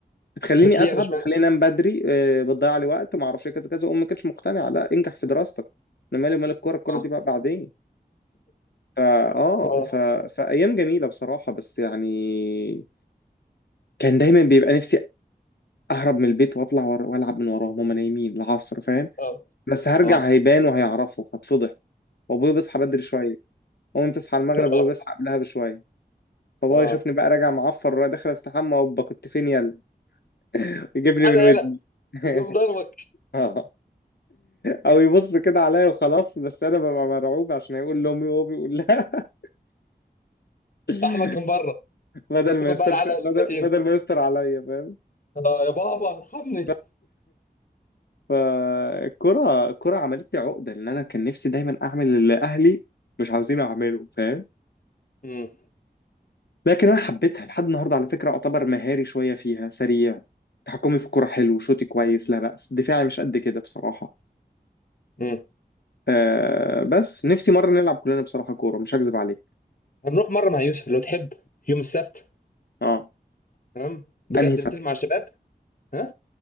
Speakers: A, on the left; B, on the left.
A: بتخليني
B: بس ليه
A: اتعب
B: يعني اشمعنى
A: بتخليني انام بدري آه، بتضيع لي وقت ما اعرفش إيه، كذا كذا امي ما كانتش مقتنعه لا انجح في دراستك انا مالي مال الكوره الكوره
B: اه
A: دي بقى بعدين فا اه
B: اه
A: ف... فايام جميله بصراحه بس يعني كان دايما بيبقى نفسي اهرب من البيت واطلع ور- والعب من وراهم هما نايمين العصر فاهم
B: اه
A: بس هرجع
B: اه
A: هيبان وهيعرفوا فاتفضح وابويا بيصحى بدري شويه امي تصحى المغرب
B: اه
A: وابويا بيصحى قبلها بشويه فبابا
B: اه
A: يشوفني بقى راجع معفر ورايح داخل استحمى وابا كنت فين يلا <laughs> يجيبني
B: انا
A: من ودني
B: يلا
A: <laughs>
B: يوم ضربك
A: اه او يبص كده عليا وخلاص بس انا ببقى مرعوب عشان هيقول لامي وهو بيقول لها <laughs>
B: احمد كان بره
A: بدل ما
B: تاخد
A: يسترش
B: بقى العلقه
A: بدل
B: المتين
A: بدل ما يستر عليا فاهم
B: اه يا بابا ارحمني
A: بس. فالكرة الكرة عملت لي عقدة لأن أنا كان نفسي دايما أعمل اللي أهلي مش عاوزين أعمله فاهم
B: امم
A: لكن أنا حبيتها لحد النهاردة على فكرة أعتبر مهاري شوية فيها سريع تحكمي في الكرة حلو شوتي كويس لا بأس دفاعي مش قد كده بصراحة
B: امم
A: آه بس نفسي مرة نلعب كلنا بصراحة كورة مش هكذب عليك
B: هنروح مره مع يوسف لو تحب يوم السبت
A: اه
B: تمام بجد
A: أنهي سبت
B: نتفق مع الشباب ها